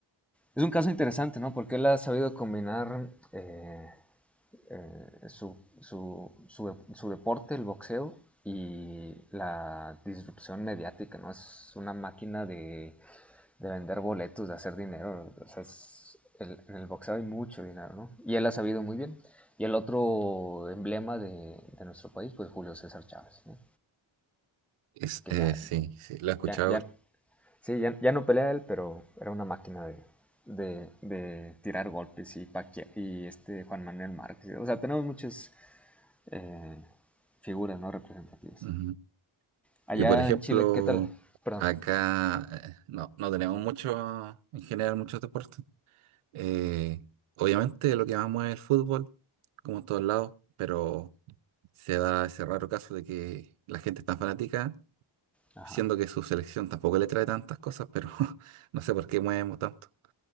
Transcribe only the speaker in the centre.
es un caso interesante, ¿no? Porque él ha sabido combinar eh, eh, su, su, su, su deporte, el boxeo, y la disrupción mediática, ¿no? Es una máquina de, de vender boletos, de hacer dinero. O sea, es- el- en el boxeo hay mucho dinero, ¿no? Y él ha sabido muy bien. Y el otro emblema de, de nuestro país, pues Julio César Chávez, ¿no?
Que
ya,
ya, ya, Sí, ya, ya no pelea él, pero era una máquina de, de, de tirar golpes y, Paquia- y este Juan Manuel Márquez. O sea, tenemos muchas eh, figuras no representativas.
Allá
en Chile, ¿qué tal? Perdón.
Ajá.